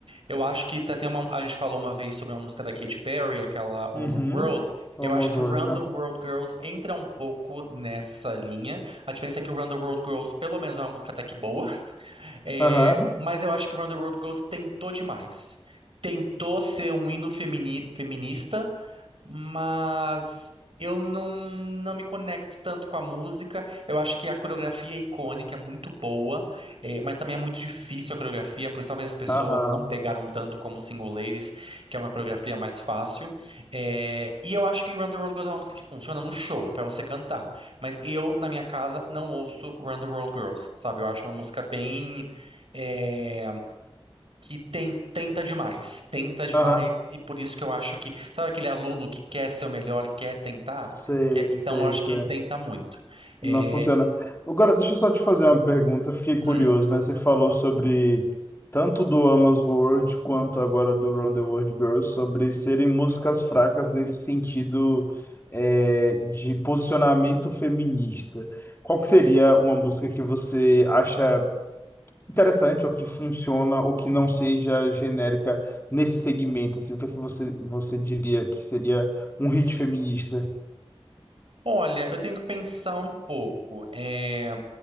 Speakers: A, on the right; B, on the left.
A: Eu acho que tá- tem uma, a gente falou uma vez sobre uma música da Katy Perry, aquela Woman's
B: Uhum.
A: World.
B: Almost
A: Eu acho que
B: World,
A: o Run
B: né?
A: the World Girls entra um pouco nessa linha. A diferença é que o Run the World Girls, pelo menos, é uma música até que boa. <laughs> É,
B: Aham.
A: mas eu acho que Run the World Girls tentou demais. Tentou ser um hino femini- feminista mas eu não, não me conecto tanto com a música. Eu acho que a coreografia é icônica, é muito boa, eh, mas também é muito difícil a coreografia, por isso talvez as pessoas
B: Aham.
A: não pegaram tanto como Single Ladies, que é uma coreografia mais fácil. Eh, e eu acho que Run the World Girls é uma música que funciona no show, pra você cantar. Mas eu, na minha casa, não ouço Run the World Girls, sabe? Eu acho uma música bem. eh, que tem- tenta demais, tenta demais,
B: Aham.
A: e por isso que eu acho que, sabe aquele aluno que quer ser o melhor, quer tentar?
B: Sei,
A: Quer- então
B: sei,
A: eu acho
B: sei.
A: que tenta muito. É,
B: Não funciona. Agora, deixa eu só te fazer uma pergunta. Eu Fiquei curioso,
A: hum,
B: né? Você falou sobre tanto do Amos World quanto agora do Round the World Girls, sobre serem músicas fracas nesse sentido é, de posicionamento feminista. Qual que seria uma música que você acha interessante ou que funciona ou que não seja genérica nesse segmento? Assim, o que é que você, você diria que seria um hit feminista?
A: olha, eu tenho que pensar um pouco. É,